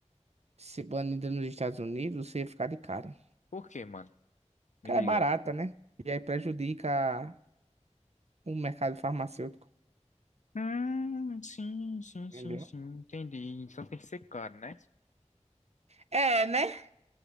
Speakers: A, on the right (about 60°); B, on the left (about 80°).
A: ser banida nos Estados Unidos, você ia ficar de cara.
B: Por quê, mano?
A: Cara,
B: Me diga.
A: é barata, né? E aí prejudica o mercado farmacêutico,
B: Hum, sim, sim, sim,
A: Entendeu?
B: sim. Entendi. Então tem que ser caro, né?
A: é, né?